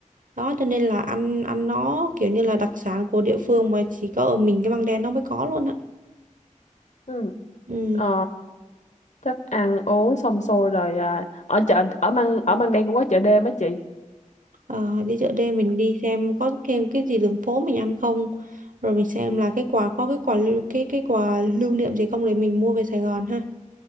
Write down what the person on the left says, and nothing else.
Ừ.
Ờ, chắc ăn uống xong xuôi rồi à, ở chợ ở Măng ở Măng Đen cũng có chợ đêm á chị